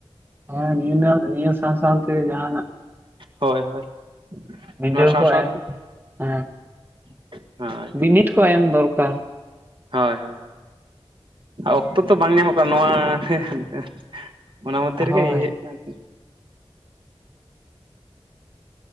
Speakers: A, on the right; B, on the right.
A: ᱦᱮᱸ ᱱᱤᱭᱟᱹ ᱱᱤᱭᱟᱹ ᱱᱤᱭᱟᱹ ᱥᱟᱶ ᱥᱟᱶ ᱛᱮ ᱡᱟᱦᱟᱱᱟᱜ
B: ᱦᱳᱭ ᱦᱳᱭ
A: ᱵᱤᱰᱟᱹᱣ
B: ᱱᱚᱣᱟ ᱥᱟᱶ
A: ᱠᱚ
B: ᱥᱟᱶ
A: ᱮᱢ
B: ᱛᱮ
A: ᱦᱮᱸ
B: <unintelligible>
A: ᱵᱤᱱᱤᱰ ᱠᱚ ᱮᱢ ᱫᱚᱨᱠᱟᱨ
B: ᱦᱳᱭ ᱦᱳᱭ ᱚᱠᱛᱚ ᱛᱚ ᱵᱟᱝ ᱧᱟᱢᱚᱜ ᱠᱟᱱᱟ ᱱᱚᱣᱟ <unintelligible> ᱚᱱᱟ ᱢᱚᱫᱫᱷᱮ ᱨᱮ
A: ᱦᱳᱭ
B: ᱜᱮ <unintelligible>